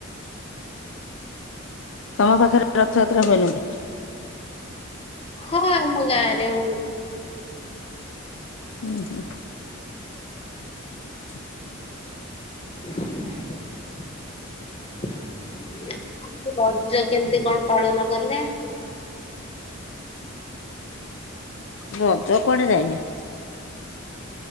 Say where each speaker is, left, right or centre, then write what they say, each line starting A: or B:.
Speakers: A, on the left; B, on the left.
A: ତମ ପାଖରେ ରଥଯାତ୍ରା ହୁଏନି କି?
B: ହଁ ଆମ ଗାଁ ରେ ହୁଏ।
A: ହୁଁ ହୁଁ। <unintelligible>
B: <unintelligible> ରଜ କେମିତି କଣ ପାଳନ କଲେ?
A: ରଜ କୁଆଡେ ଯାଇନି।